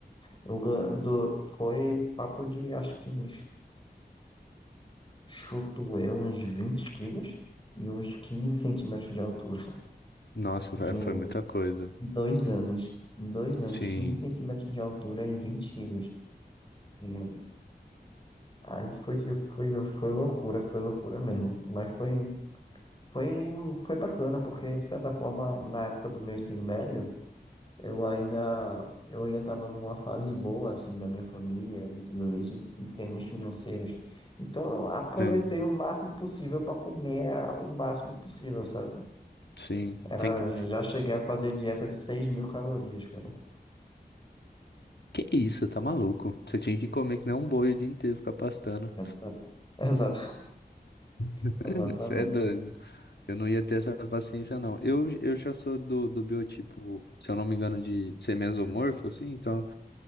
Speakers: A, on the left (about 30°); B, on the left (about 85°).
A: eu, gan- do, foi papo de acho que uns Chuto eu uns 20 quilos e uns 15 centímetros de altura.
B: Nossa,
A: De
B: vé-
A: um,
B: foi muita coisa.
A: dois anos. Em Dois anos,
B: Sim,
A: 15 centímetros de altura e 20 quilos. tá ligado? Aí foi, que- foi, foi loucura, foi loucura mesmo. Mas foi, foi, foi bacana, porque de certa forma, na época do meu ensino médio, eu ainda, eu ainda estava numa fase boa, assim, da minha família, de tudo isso, em, em termos financeiros. Então, eu aproveitei
B: tem,
A: o máximo possível para comer a- o máximo possível, sabe?
B: sim.
A: Era,
B: Tem que...
A: já cheguei a fazer dieta de seis mil calorias, cara.
B: Que isso, tá maluco? Você tinha que comer que nem um boi o dia inteiro, ficar pastando.
A: Exa- Exata,
B: <laughs>
A: exatamente.
B: Você é doido. Eu não ia ter essa paciência, não. Eu, eu já sou do, do biotipo, se eu não me engano, de ser mesomorfo, assim. Então,